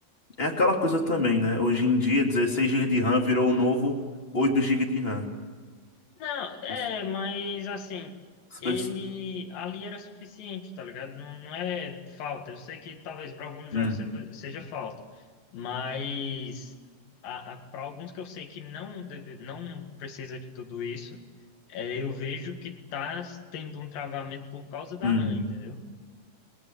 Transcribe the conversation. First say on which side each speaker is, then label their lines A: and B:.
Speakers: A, on the left; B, on the left.
A: É aquela coisa também, né? Hoje em dia, 16 gigas de RAM virou o novo 8 gigas de RAM.
B: Não, é,
A: Os-
B: mas assim,
A: os
B: ele
A: preços-
B: ali era suficiente, tá ligado? Não, não é falta. Eu sei que talvez para alguns
A: Hum,
B: jogos se- seja falta, mas para alguns que eu sei que não deve, não precisa de tudo isso, é, eu vejo que tá tendo um travamento por causa da
A: hum.
B: RAM, entendeu?